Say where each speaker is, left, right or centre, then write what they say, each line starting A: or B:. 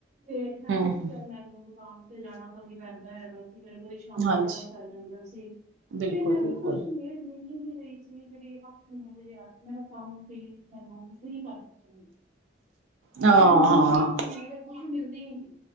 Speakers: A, on the right; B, on the right.
A: ਤੇ ਹਨ
B: ਹੂੰ।
A: ਉਸ
B: ਹੂੰ।
A: 'ਟ ਮੈਨੂੰ ਦੁਕਾਨ <unintelligible> ਜਾਣਾ ਪ ਪੈਂਦਾ ਹੈ, ਬ ਮੇਰੇ ਕੋਲ <unintelligible> ਕੰਮ
B: ਹਾਂਜੀ
A: ਕਰ ਜਾਂਦਾ ਸੀ,
B: ਬਿਲਕੁਲ
A: ਤੇ ਮੈਨੂੰ
B: ਬਿਲਕੁਲ
A: ਤਾਂ ਕੋਈ ਮੇਡ ਮਿਲਲੀ ਨ ਰਹੀ ਸੀ। <unintelligible> ਜਿਹੜੀ ਅੱ ਨੂੰ ਮਰਾ, ਅਕਾਟ ਕਰ ਸਹੀ ਕਰਕੇ
B: ਹਾਂ
A: <unintelligible> ਮੈਨੂੰ ਹੁਣ
B: ਹਾਂ।
A: ਵੀ ਕੋਈ ਮ <unintelligible> ਬ ਮਿਲਦੀ ਹੀ ਨੀ,